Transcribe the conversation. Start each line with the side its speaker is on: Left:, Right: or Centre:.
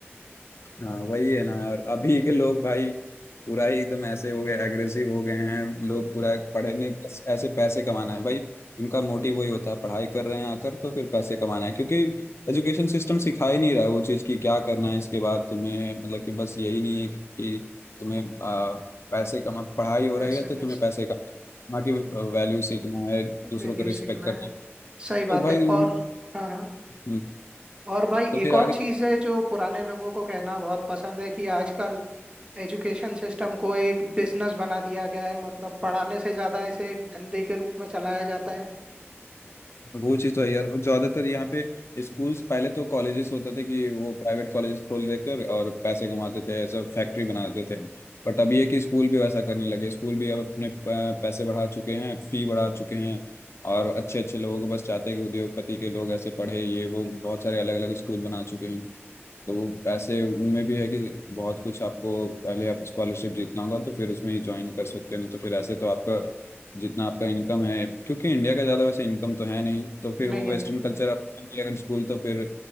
Left: हाँ वही है ना यार अभी के लोग भाई पूरा ही एकदम ऐसे हो गए एग्रेसिव हो गए हैं लोग
Right: <laughs>
Left: पूरा पढ़ने ऐसे पैसे कमाना है भाई इनका मोटिव वही होता है पढ़ाई कर रहे हैं आकर तो फिर पैसे कमाना है क्योंकि एजुकेशन सिस्टम सिखा ही नहीं रहा है वो चीज़ कि क्या करना है इसके बाद तुम्हें मतलब कि बस यही नहीं है कि तुम्हें आ, पैसे कमा पढ़ाई हो
Right: पैसे
Left: रही है तो
Right: पैसे
Left: तुम्हें पैसे कमा ना कि वैल्यू सीखना है दूसरों
Right: वैल्यू
Left: को रिस्पेक्ट
Right: सीखना
Left: करना
Right: है
Left: है
Right: सही
Left: तो
Right: बात
Left: भाई
Right: है
Left: उन
Right: और हाँ हाँ
Left: हम्म,
Right: और भाई
Left: तो फिर
Right: एक और
Left: आगे
Right: चीज है जो पुराने लोगों को कहना बहुत पसंद है कि आजकल एजुकेशन सिस्टम को एक बिजनेस बना दिया गया है मतलब पढ़ाने से ज्यादा इसे एक धंधे के रूप में चलाया जाता है
Left: वो चीज तो है यार और ज्यादातर यहाँ पे स्कूल्स पहले तो कॉलेजेस होते थे कि वो प्राइवेट कॉलेजेस खोल देकर और पैसे कमाते थे ऐसा फैक्ट्री बना देते थे बट अब ये कि स्कूल भी वैसा करने लगे स्कूल भी अब अपने अ, पैसे बढ़ा चुके हैं फी बढ़ा चुके हैं और अच्छे अच्छे लोगों को बस चाहते हैं कि उद्योगपति के लोग ऐसे पढ़े ये वो बहुत सारे अलग अलग स्कूल बना चुके हैं तो वो पैसे उनमें भी है कि बहुत कुछ आपको पहले आप स्कॉलरशिप जीतना होगा तो फिर उसमें ही ज्वाइन कर सकते हैं नहीं तो फिर ऐसे तो आपका जितना आपका इनकम है क्योंकि इंडिया का ज़्यादा वैसे इनकम तो है नहीं तो फिर
Right: नहीं
Left: वो वेस्टर्न
Right: है नहीं
Left: कल्चर आप अगर स्कूल तो फिर